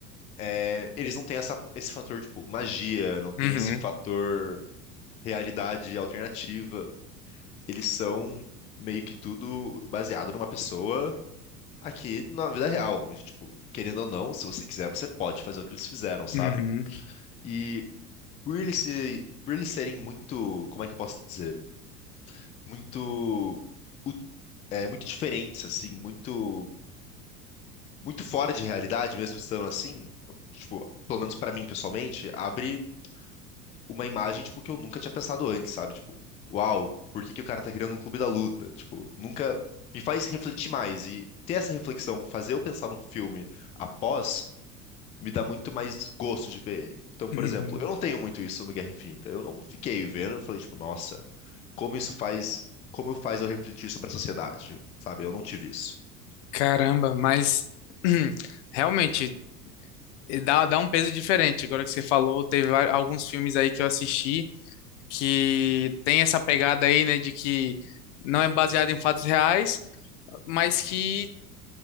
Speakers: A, on the left; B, on the left.
A: é, eles não têm essa, esse fator, tipo, magia, não tem
B: Uhum,
A: esse fator realidade alternativa. Eles são meio que tudo baseado numa pessoa aqui na vida real, onde, tipo, querendo ou não, se você quiser, você pode fazer o que eles fizeram, sabe?
B: uhum,
A: E por eles, se- por eles serem muito, como é que eu posso dizer? Muito, u- é, muito diferentes, assim, muito, muito fora de realidade, mesmo estando assim, tipo, pelo menos pra mim pessoalmente, abre uma imagem, tipo, que eu nunca tinha pensado antes, sabe? Tipo, uau, por que que o cara tá criando um clube da luta? Tipo, nunca me faz refletir mais e ter essa reflexão, fazer eu pensar no filme após me dá muito mais gosto de ver ele. Então, por
B: uhum.
A: exemplo, eu não tenho muito isso no Guerra Infinita. Eu não fiquei vendo, eu falei tipo, nossa, como isso faz, como faz eu refletir sobre a sociedade, sabe? Eu não tive isso.
B: Caramba, mas <clears throat> realmente dá, dá um peso diferente. Agora que você falou, teve vari- alguns filmes aí que eu assisti que tem essa pegada aí, né, de que não é baseado em fatos reais, mas que